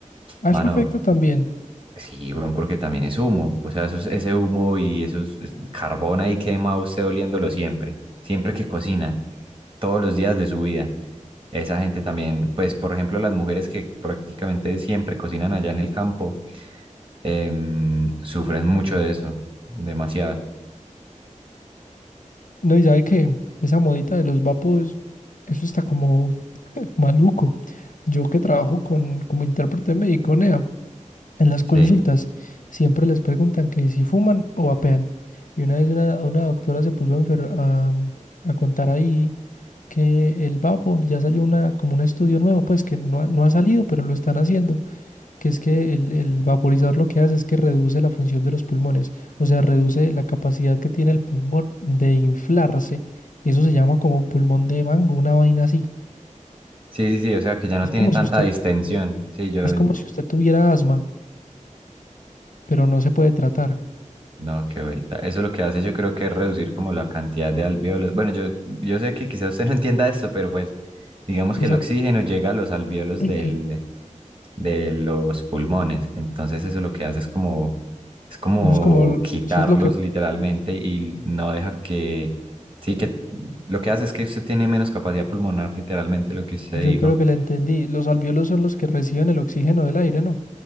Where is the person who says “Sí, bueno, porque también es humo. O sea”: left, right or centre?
Right